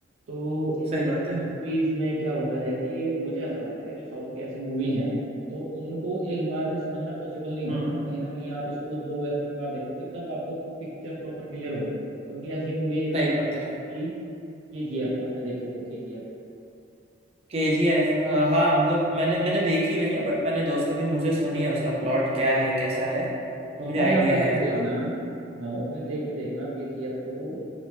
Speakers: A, on the right; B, on the right.
A: तो इस
B: सही
A: तरीके
B: बात
A: की
B: है
A: मूवीज में क्या होता है कि मुझे ऐसा लगता है जो साउथ की ऐसी मूवी है तो उनको एक बार में समझना पॉसिबल नहीं हो
B: हम्म
A: पाता
B: हम्म,
A: कहीं ना कहीं आप इसको दो या तीन बार देखोगे तब आपको पिक्चर प्रॉपर क्लियर होगी क्योंकि ऐसी मूवी एक
B: सही
A: आई
B: बात
A: थी
B: है
A: आपकी केजीएफ आपने देखी होगी केजीएफ
B: के जी एफ हाँ मतलब मैंने मैंने देखी नहीं है बट मैंने दोस्तों के मुंह से सुनी है उसका प्लॉट क्या है कैसा है तो
A: उसमें
B: मुझे आइडिया
A: आप देख
B: है
A: के देखना
B: थोड़ा
A: हाँ उसमें देख के देखना केजीएफ को